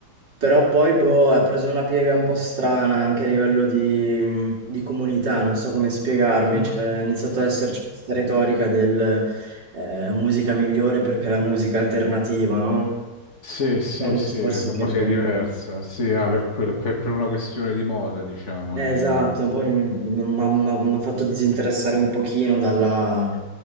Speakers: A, on the right; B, on the left.
A: però poi boh, ha preso una piega un po' strana anche a livello di, di comunità, non so come spiegarmi,
B: Mm,
A: cioè, è iniziato ad esserci questa retorica del eh, musica migliore perché è la musica alternativa, no?
B: Sì, sì,
A: È un
B: sì,
A: discorso
B: sì, che
A: che
B: musica
A: boh,
B: diversa. Sì, ah, per quello, per, per una questione di moda, diciamo,
A: Eh,
B: di...
A: Esatto, poi mi ha fatto disinteressare un pochino dalla-